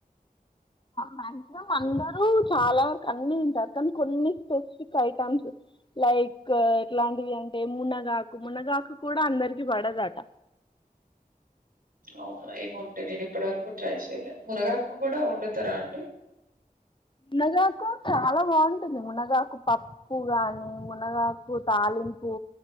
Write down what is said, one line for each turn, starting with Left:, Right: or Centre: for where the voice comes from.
Left: మాక్సిమం అందరూ చాలా వరకు అన్ని తింటారు కానీ కొన్ని స్పెసిఫిక్ ఐటమ్స్ లైక్ ఎట్లాంటివి అంటే మునగాకు మునగాకు కూడా అందరికి పడదట
Right: అవును ఏమొ అండీ నేను ఇప్పడి వరకు ట్రై చెయ్యలే మునగాకు కూడా వండుతారా అండి
Left: మునగాకు చాలా బాగుంటుంది మునగాకు పప్పు గాని మునగాకు తాలింపు